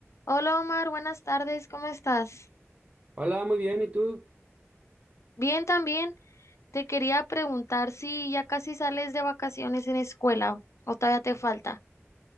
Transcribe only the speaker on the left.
Hola Omar, buenas tardes, ¿cómo estás?
Bien también. Te quería preguntar si ya casi sales de vacaciones en escuela o todavía te falta.